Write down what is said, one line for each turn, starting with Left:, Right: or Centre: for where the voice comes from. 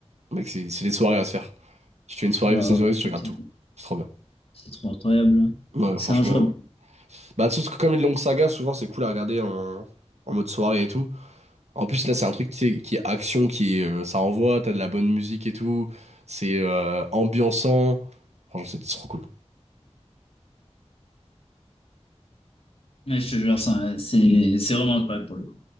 Right: Mec, c'est c'est les soirées à se faire. Si tu fais une soirée
Left: Bah,
Right: Fast and
Left: ouais,
Right: Furious, tu
Left: putain,
Right: regardes tout. C'est trop bien.
Left: c'est trop incroyable.
Right: Ouais,
Left: C'est
Right: franchement.
Left: injouable.
Right: euh, Bah, surtout que comme les longues sagas, souvent c'est cool à regarder en, en mode soirée et tout. En plus, là, c'est un truc qui est, qui est action, qui est, euh, ça envoie, t'as de la bonne musique et tout. C'est euh, ambiançant. Franchement, c'est trop cool.
Left: Ouais, je te jure, ça, c'est c'est vraiment incroyable pour le coup.